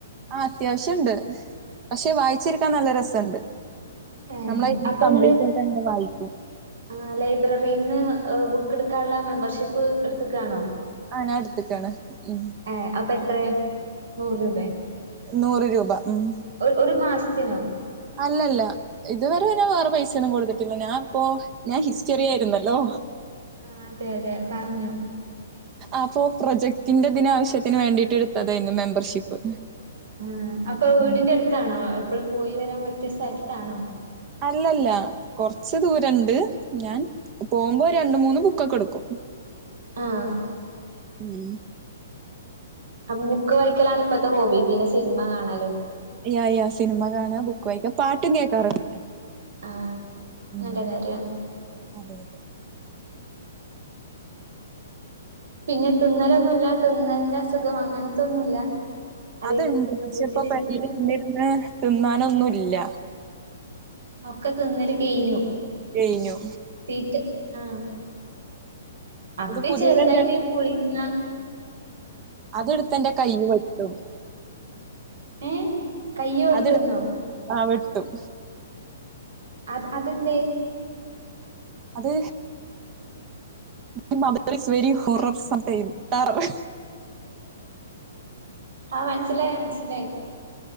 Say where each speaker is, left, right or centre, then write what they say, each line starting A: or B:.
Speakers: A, on the right (about 30°); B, on the right (about 80°).
A: ആഹ് അത്യാവശ്യണ്ട് പക്ഷെ വായിച്ചിരിക്കാൻ നല്ല രസണ്ട്
B: ഏഹ്
A: നമ്മള് ഇരുന്ന്
B: അപ്പൊ
A: കംപ്ലീറ്റ്
B: ഇങ്ങള്
A: ആയിട്ടന്നെ വായിക്കും
B: ആഹ് ലൈബ്രറിന്ന് ബുക്ക് എടുക്കാൻള്ള മെമ്പർഷിപ്പ് എടുത്ത്ക്കാണോ
A: ആഹ് ഞാൻ എടുത്ത്ക്കാണ് മം
B: ഏഹ് അപ്പൊ എത്രെ നൂറ് രൂപേ
A: നൂറ് രൂപ ഉം
B: ഒരു ഒരു മാസത്തിനോ
A: അല്ലല്ല ഇതുവരെ ഞാൻ വേറെ പൈസൊന്നും കൊടുത്തിട്ടില്ല ഞാൻ ഇപ്പോ ഞാൻ ഹിസ്റ്ററി ആയിരുന്നല്ലോ
B: ആഹ് അതെ അതെ പറഞ്ഞു
A: അപ്പൊ പ്രൊജക്ടിന്റെ ദിന് ആവശ്യത്തിന് വേണ്ടിട്ട് എടുത്തതായിരുന്നു മെമ്പർഷിപ്പ്
B: ആഹ് അപ്പൊ വീടിന്റെ
A: ഉം
B: അടുത്താണോ എപ്പോഴും പോയി വരാൻ പറ്റിയ സ്ഥലത്താണോ
A: അല്ല ല്ല കൊറച്ച് ദൂരണ്ട് ഞാൻ പോകുമ്പോ രണ്ട് മൂന്ന് ബുക്കൊക്കെ എടുക്കും
B: ആഹ്
A: മം
B: അപ്പൊ ബുക്ക് വയിക്കലാണ് ഇപ്പത്തെ ഹോബി പിന്നെ സിനിമ കാണലും
A: യാ യാ സിനിമ കാണാ ബുക്ക് വായിക്ക പാട്ടും കേക്കാറുണ്ട് ട്ടോ
B: ആഹ്
A: മം
B: നല്ല കാര്യാണ്
A: അതെ അതെ
B: പിന്നെ തുമ്മലൊന്നുല്ല തുമ്മലിന്റെ അസുഖം അങ്ങനത്തൊന്നുല്ല അത്
A: അത്ണ്ട് പക്ഷെ
B: വീട്ടിലിരിക്കുമ്പോ
A: ഇപ്പോ പെരേല് ഇരിന്ന് ഇരുന്ന് തുമ്മാനൊന്നുല്ല
B: ഒക്ക തിന്നല് കെയ്ഞ്ഞു
A: കഴിഞ്ഞു
B: തീറ്റ ആഹ് അപ്പി
A: ഇത് പുതിയതെന്തേലും
B: ചെറുതായിട്ട് പുഴുങ്ങ
A: അതെടുത്തന്റെ കയ്യില് വെട്ടും
B: ഏഹ് കയ്യ് വെട്ടുന്നോ
A: അതെടുത് ആഹ് വെട്ടും
B: അത് അതെന്തെ
A: അത് my mother is very horror some time far away
B: ആഹ് മനസിലായി മനസിലായി